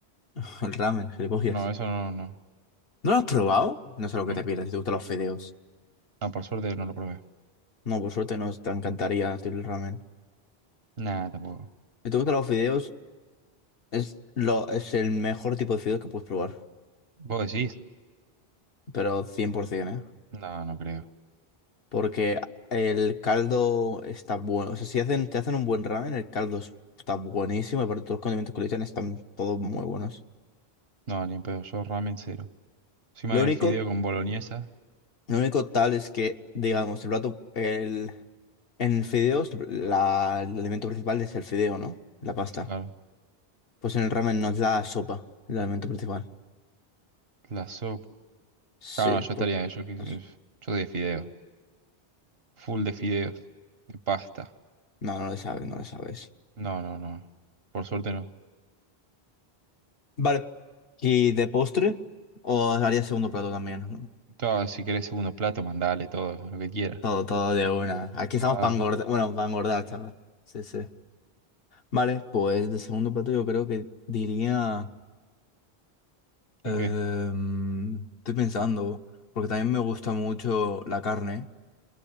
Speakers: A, on the left; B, on the right.
A: <laughs> El ramen, gilipollas.
B: No, eso no, no.
A: ¿No lo has probado? No sé lo
B: No.
A: que te pierdes si te gustan los fideos.
B: No, por suerte no lo probé.
A: No, por suerte no te encantaría el ramen.
B: Nada, tampoco.
A: Si te gustan los fideos, es, lo, es el mejor tipo de fideos que puedes probar.
B: ¿Vos decís?
A: Pero 100%, ¿eh?
B: No, no creo.
A: Porque el caldo está bueno. O sea, si hacen, te hacen un buen ramen, el caldo es- está buenísimo y por todos los condimentos que le echan están todos muy buenos.
B: No, ni en pedo. Yo ramen cero. Encima
A: Lo
B: del
A: único,
B: fideo con boloñesa.
A: lo único tal es que, digamos, el plato, el, en fideos, la- el alimento principal es el fideo, ¿no? La pasta.
B: Claro.
A: Pues en el ramen no es la sopa, el alimento principal.
B: La sopa.
A: Sí,
B: Claro, no, yo
A: por-
B: estaría. Yo, que-
A: pues,
B: yo de fideos. Full de fideos. De pasta.
A: No, no lo sabes, no lo sabes.
B: No, no, no. Por suerte no.
A: Vale. ¿Y de postre? ¿O haría segundo plato también?
B: Todo, si querés segundo plato, mandale todo, lo que quieras.
A: Todo, todo de una. Aquí
B: Claro.
A: estamos para engordar. Bueno, para engordar,
B: Sí, sí.
A: chaval. Sí, sí. Vale, pues de segundo plato yo creo que diría... em,
B: Ok.
A: estoy pensando, porque también me gusta mucho la carne.